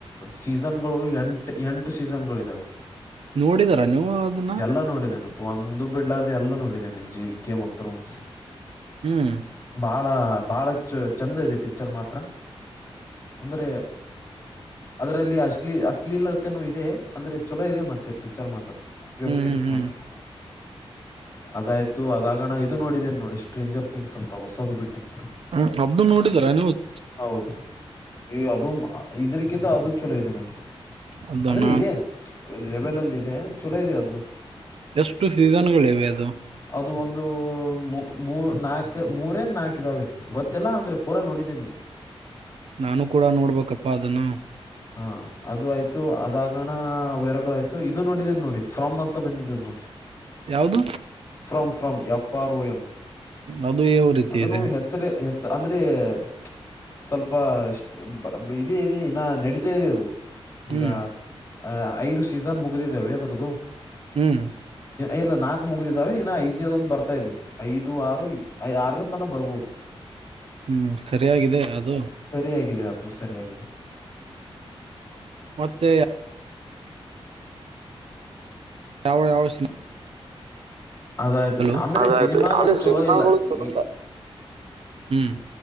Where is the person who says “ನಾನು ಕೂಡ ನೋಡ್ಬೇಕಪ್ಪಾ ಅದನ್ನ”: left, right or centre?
Right